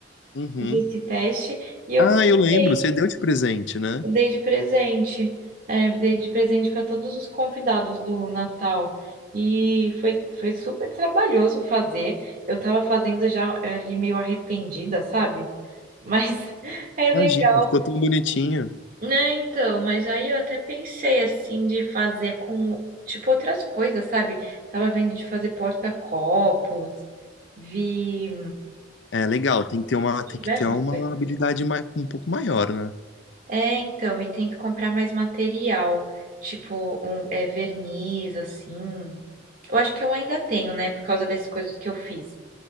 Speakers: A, on the left; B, on the right.
A: Uhum.
B: fiz esse teste e eu
A: Ah,
B: gostei.
A: eu lembro. Você deu de presente, né?
B: Eu dei de presente, é, dei de presente para todos os convidados do Natal. E foi, foi super trabalhoso fazer. Eu estava fazendo já ali meio arrependida, sabe? Mas <laughs> é legal.
A: Imagina, ficou tão bonitinho.
B: Né, então, mas aí eu até pensei assim de fazer com tipo outras coisas, sabe? Tava vendo de fazer porta-copos, vi
A: É legal, tem que ter uma,
B: diversas
A: tem que ter uma
B: coisas.
A: habilidade mai- um pouco maior, né?
B: É, então, e tem que comprar mais material, tipo um, é, verniz, assim. Eu acho que eu ainda tenho, né, por causa dessas coisas que eu fiz.